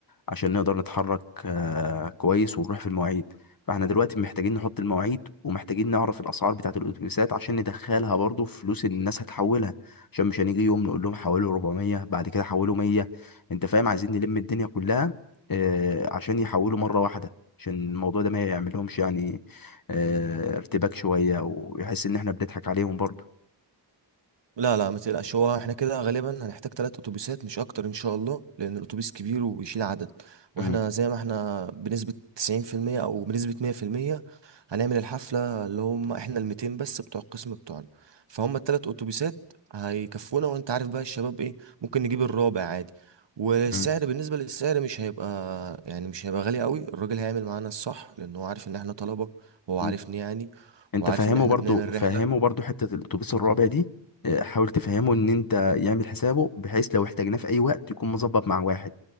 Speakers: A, on the left; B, on the right.
A: عشان نقدر نتحرك آه، كويس ونروح في المواعيد فاحنا دلوقتي محتاجين نحط المواعيد ومحتاجين نعرف الاسعار بتاعه الاتوبيسات عشان ندخلها برضو في فلوس اللي الناس هتحولها عشان مش هنيجي يوم نقول لهم حولوا 400 بعد كده حولوا 100 انت فاهم عايزين نلم الدنيا كلها آه، عشان يحولوا مره واحده عشان الموضوع ده ما يعملهمش يعني آه، ارتباك شوية ويحس ان احنا بنضحك عليهم برضه
B: لا لا ما تقلقش هو احنا كده غالبا هنحتاج ثلاث اتوبيسات مش اكتر ان شاء الله لان الاتوبيس كبير وبيشيل عدد واحنا
A: مم.
B: زي ما احنا بنسبة 90% او بنسبة 100% هنعمل الحفلة اللي هم احنا ال 200 بس بتوع القسم بتوعنا فهم الثلاث اتوبيسات هيكفونا وانت عارف بقى الشباب ايه ممكن نجيب الرابع عادي والسعر
A: مم.
B: بالنسبة للسعر مش هيبقى يعني مش هيبقى غالي قوي الراجل هيعمل معانا الصح لان هو عارف ان احنا طلبة وهو عارفني
A: مم.
B: يعني
A: انت
B: وعارف
A: فاهمه
B: ان احنا
A: برضه
B: بنعمل
A: فاهمه
B: رحلة
A: برضه حتة الاتوبيس الرابع دي آه، حاول تفهمه ان انت يعمل حسابه بحيث لو احتاجناه في اي وقت يكون مظبط مع واحد